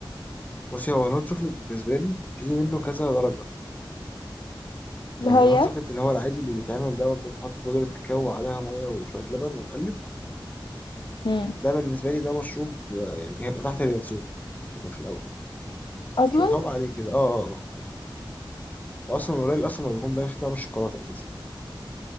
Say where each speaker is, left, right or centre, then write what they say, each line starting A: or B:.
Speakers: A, on the left; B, on the left.
A: بصي هو الهوت شوكليت بالنسبه لي في منه كذا درجه يعني
B: هي
A: الهوت شوكليت اللي هو العادي اللي بيتعمل دوت بنحط بودرة كاكاو وعليها مية وشوية لبن ونقلب
B: مم.
A: ده بالنسبة لي ده مشروب آه، يعني هيبقى تحت اليانسون يبقى في الأول
B: اصلا
A: مش متعوب عليه كده اه اه اه وأصلا قليل أصلا ما بيكون باين فيه طعم الشوكولاتة أساسا